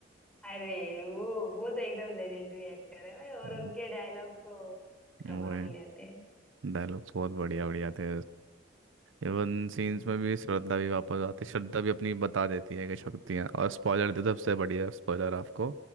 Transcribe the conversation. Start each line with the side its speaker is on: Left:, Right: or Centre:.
Centre: अरे वो वो तो एकदम लेजेंडरी एक्टर है भाई और
Right: हम्म,
Centre: उनके डायलॉग तो कमाल
Right: वो है
Centre: ही रहते हैं
Right: डायलॉग्स बहुत बढ़िया बढ़िया थे एवन सीन्स
Centre: हाँ
Right: में भी श्रद्धा भी वापस आती है श्रद्धा भी अपनी बता देती है कि शक्तियाँ और स्पॉइलर दे सबसे बढ़िया स्पॉइलर आपको